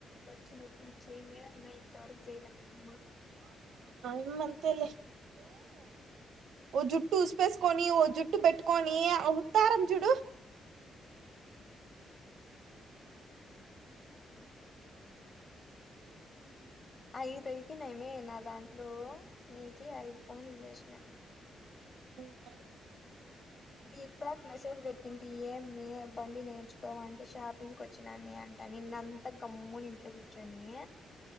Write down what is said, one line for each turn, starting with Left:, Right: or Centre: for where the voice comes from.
Left: చిన్నప్పునుంచి ఏమే <unintelligible> చేయలే మేము
Right: ఇమ్మంతేలే ఓ జుట్టు ఉసుపేస్కోని ఓ జుట్టు బెట్ కొనీ ఉత్తారం చూడు
Left: ఐదు అయిపోయినాయి మే నా దాంట్లో నీకే ఐదు ఫోన్లు చేసినా
Right: మ్మ్ హ్మ్
Left: దీపక్ మెసేజ్ బెట్ టి ఏమే బండి నేర్చుకోవా అంటే షాపింగ్కి వచ్చినామే అంట నిన్నంత గమ్మున ఇంట్లో కూర్చొని